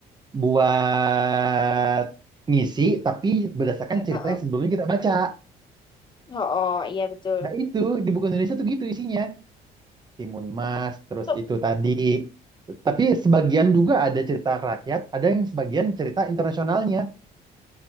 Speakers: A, on the right; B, on the left.
A: Buat ngisi tapi berdasarkan
B: Heeh.
A: cerita yang sebelumnya kita baca.
B: Oh, oh, iya betul.
A: Nah, itu di buku Indonesia tuh gitu isinya. Timun Mas, terus
B: So,
A: itu tadi. Tapi sebagian juga ada cerita rakyat, ada yang sebagian cerita internasionalnya.